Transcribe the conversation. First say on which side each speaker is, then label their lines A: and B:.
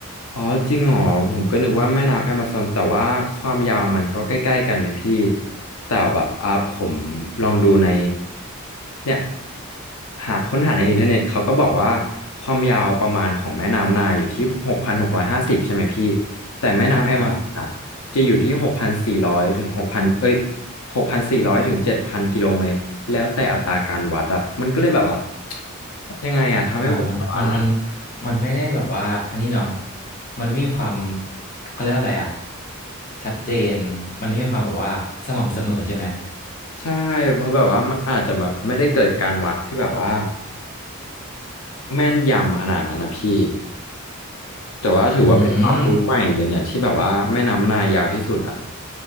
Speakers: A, on the left; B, on the left.
A: อ๋อจริงเหรอผมก็นึกว่าแม่น้ำแอมะซอนแต่ว่าความยาวมันก็ใกล้ๆกันไหมพี่แต่แบบอ่ะผมลองดูในเนี่ยหาค้นหาในอินเทอร์เน็ตเขาก็บอกว่าความยาวประมาณของแม่น้ำไนาอยู่ที่หกพันหกร้อยห้าสิบใช่ไหมพี่แต่แม่น้ำแอมะซอนอ่ะจะอยู่ที่หกพันสี่ร้อยถึงหกพันเอ้ย
B: ครับ
A: หกพันสี่ร้อยถึงเจ็ดพันกิโลเมตรแล้วแต่อัตราการวัดอ่ะมันก็เลยแบบว่ายังไงอ่ะทำให้ผมแบบว่า
B: อ่ามันมันมันมันไม่ได้แบบว่าอันนี้เนาะมันไม่มีความเขาเรียกอะไรอะชัดเจนมันไม่มีความแบบว่าสม่ำเสมอใช่ไหม
A: ใช่เพราะแบบว่ามันอาจจะแบบไม่ได้เกิดการวัดที่แบบว่าแม่นยำขนาดนั้นนะพี่แต่ว่าถือว่าเป็นความรู้ใหม่เลยเนี่ยที่แบบว่าแม่น้ำนายยาวที่สุดอะ
B: อืม